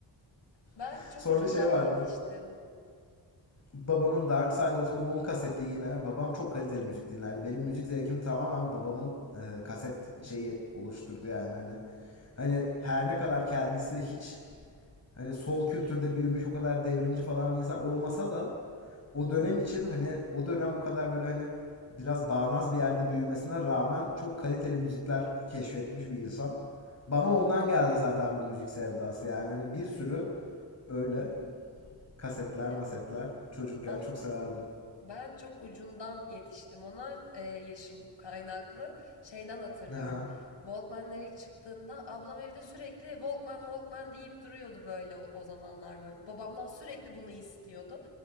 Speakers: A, on the left; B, on the left.
A: Ben
B: <laughs>
A: çok
B: sonra
A: ucundan
B: şey vardı.
A: yetiştim.
B: babamın Dark Side of the Moon kaseti yine. Babam çok kaliteli müzik dinlerdi. Benim müzik zevkimi tamamen babamın e, kaset şeyi oluşturdu yani hani. Hani her ne kadar kendisi hiç hani sol kültürde büyümüş o kadar devrimci falan bir insan olmasa da o dönem için hani o dönem o kadar böyle hani biraz bağnaz bir yerde büyümesine rağmen çok kaliteli müzikler keşfetmiş bir insan. Bana ondan geldi zaten bu müzik sevdası. Yani hani bir sürü öyle kasetler,
A: Ya
B: masetler çocukken
A: ben
B: çok severdim.
A: ben çok ucundan yetiştim ona e, yaşım kaynaklı. Şeyden hatırlıyorum.
B: Ha.
A: Walkman'ler ilk çıktığında ablam evde sürekli Walkman Walkman deyip duruyordu böyle o, o zamanlar böyle. Babamdan sürekli bunu istiyordu.